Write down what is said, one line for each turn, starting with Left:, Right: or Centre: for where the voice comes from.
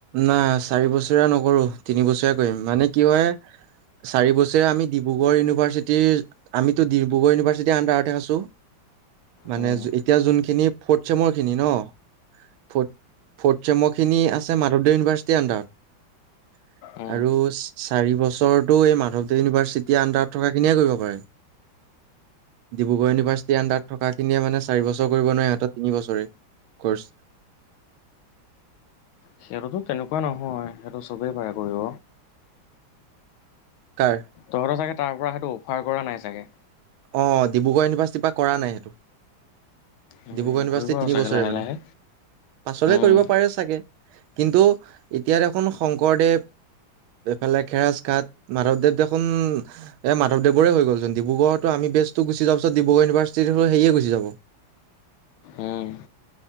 Right: না চাৰি বছৰীয়া নকৰো তিনিবছৰীয়া কৰিম মানে কি হয় চাৰি বছৰীয়া আমি ডিব্ৰুগড় ইউনিভাৰ্চিটিৰ আমিতো ডিব্ৰুগড় ইউনিভাৰ্চিটিৰ আন্ডাৰতেহে আছো মানে
Left: উম,
Right: এতিয়া যোনখিনি ফৰ্থ চেমৰ খিনি ন ফ ফৰ্থ চেমৰ খিনি আ মাধৱদেৱ ইউনিভাৰ্চিটি আন্ডাৰত
Left: উম।
Right: আৰু চাৰি বছৰটো এই মাধৱদেৱ ইউনিভাৰ্চিটি আন্ডাৰত থকাখিনিয়ে কৰিব পাৰে ডিব্ৰুগড় ইউনিভাৰ্চিটি আন্ডাৰত থকাখিনিয়ে মানে চাৰিবছৰ কৰিব নোৱাৰে সিহঁতৰ তিনিবছৰে কৰ্চ
Left: সিহঁতটো তেনেকুৱা নহয় সিহঁটো চবেই পাৰ কৰিব।
Right: কাৰ
Left: তহঁতৰ চাগে তাৰ পৰা সেইটো অফাৰ কৰা নাই চাগে।
Right: অ ডিব্ৰুগড় ইউনিভাৰ্চিটিৰ পৰা কৰা নাই সেইটো
Left: উম,
Right: ডিব্ৰুগড় ইউনিভাৰ্চিটি
Left: কৰিব আৰু
Right: তিনি
Left: চাগে
Right: বছৰে
Left: লাহে
Right: মানে
Left: লাহে।
Right: পাছলে
Left: উম,
Right: কৰিব পাৰে চাগে কিন্তু এতিয়া দেখোন শংকৰদেৱ এইফালে খেৰাজঘাট মাধৱদেৱ দেখোন এই মাধৱদেৱৰে হৈ গ'লচোন ডিব্ৰুগড় আমি বেচটো গুচি যা পিছত ডিব্ৰুগড় ইউভাৰ্চিটি হলে সেয়ে গুচি যাব
Left: উম,